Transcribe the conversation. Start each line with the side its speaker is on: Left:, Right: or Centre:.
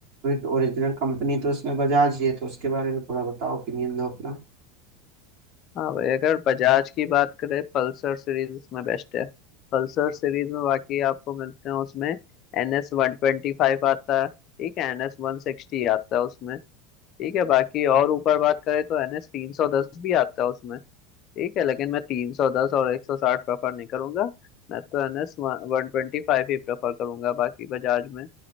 Right: ओरिजिनल कंपनी तो उसमें बजाज ही है तो उसके बारे में थोड़ा बताओ ओपिनियन दो अपना
Left: हाँ भाई अगर बजाज की बात करें पल्सर सीरीज उसमें बेस्ट है पल्सर सीरीज में बाकी आपको मिलते हैं उसमें N S one twenty five आता है ठीक है एन एस वन सिक्सटी आता है उसमें ठीक है बाकी और ऊपर बात करें तो एन एस तीन सौ दस भी आता है उसमें ठीक है लेकिन मैं तीन सौ दस और एक सौ साठ प्रेफर नहीं करूंगा मैं तो N S one twenty five ही प्रेफर करूंगा बाकी बजाज में